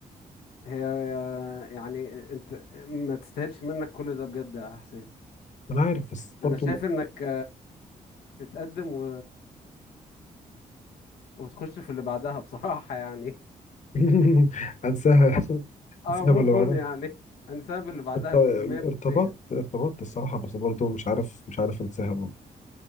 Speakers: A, on the left; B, on the left.
A: هي يعني انت ما تستاهلش منك كل ده بجد يا حسين
B: انا عارف بس برضه
A: انا شايف انك تتقدم و... وتخش في اللي بعدها بصراحة يعني
B: <laughs> انساها
A: <laughs> اه
B: انساها
A: موف
B: باللي بعدها
A: اون يعني انساب اللي بعدها
B: ارت-
A: 100%
B: ارتبطت ارتبطت الصراحة بس برضه مش عارف مش عارف انساها برضه